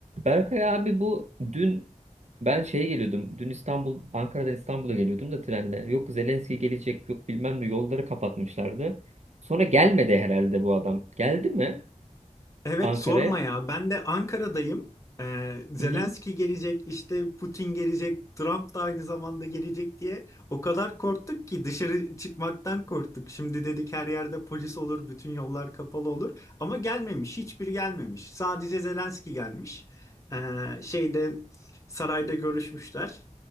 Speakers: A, on the right (about 60°); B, on the left (about 25°).
A: Berkay abi bu dün ben şeye geliyordum. Dün İstanbul, Ankara'dan İstanbul'a geliyordum da trenle. Yok Zelenski gelecek, yok bilmem ne yolları kapatmışlardı. Sonra gelmedi herhalde bu adam. Geldi mi
B: Evet
A: Ankara'ya?
B: sorma ya. Ben de Ankara'dayım. Ee, Zelenski
A: Hı hı.
B: gelecek, işte Putin gelecek, Trump da aynı zamanda gelecek diye o kadar korktuk ki dışarı çıkmaktan korktuk. Şimdi dedik her yerde polis olur, bütün yollar kapalı olur. Ama gelmemiş, hiçbir gelmemiş. Sadece Zelenski gelmiş. Ee, şeyde sarayda görüşmüşler